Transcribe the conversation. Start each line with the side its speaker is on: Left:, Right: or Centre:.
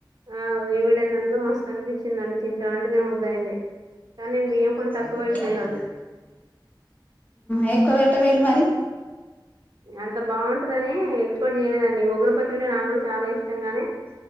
Right: ఆ వేడి వేడి అన్నం లో మస్త్ అనిపించి తిన్నా తింట అంటే తినబుద్దు అయింది కానీ నేను బియ్యం కొంచెం
Left: హ్మ్
Right: తక్కువ పెట్టినా ఈ రోజు
Left: <unintelligible> మరి
Right: అంత బాగుం టదని ఎక్స్పెట్ చేయలేదండి గోంగూర పచ్చడంటే నాకు కూడా చాలా ఇష్టం గాని